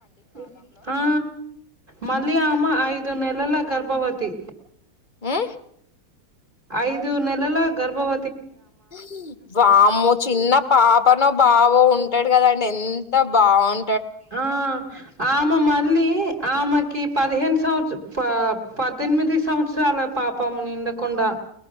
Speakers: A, on the right; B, on the left.
A: మ్ ఆ మల్లి ఆమె ఐదు నెలల గర్భవతి
B: మ్
A: ఐదు నెలల గర్భవ
B: హూ వామో చిన్న పా ప నో బాబో ఉంటాడు కదాండి ఎంత బాగుం
A: అ ఆ మె మళ్లీ ఆమెకి పదిహేను సంవత్సర పద్దెనిమిది సంవత్సరాల పాపము నిండకుండా